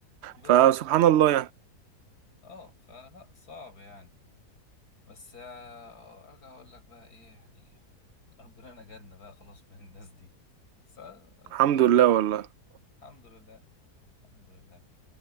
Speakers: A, on the left; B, on the right.
A: بالظبط
B: فسبحان الله يعني
A: اه فلا صعب يعني بس آه، ارجع اقول لك بقى ايه يعني ربنا نجدنا بقى خلاص من الناس دي بس بس
B: الحمد
A: بقى.
B: لله والله
A: الحمد لله الحمد لله